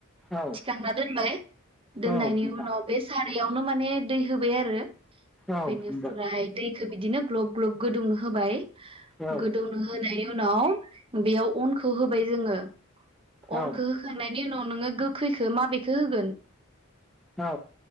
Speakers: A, in the centre; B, on the right.
A: औ
B: थिखांना दोनबाय दोननायनि
A: औ नोंथां
B: उनाव बे सार यावनो माने दै होबाय आरो
A: औ
B: बेनिफ्राय
A: नंगौ
B: दैखौ बिदिनो ग्लब ग्लब गोदौनो होबाय
A: औ
B: गोदौनो होनाय उनाव बेयाव अनखौ होबाय जोङो अनखौ
A: औ
B: होखांनायनि उनाव नोङो गोखैखो माबेखौ होगोन
A: औ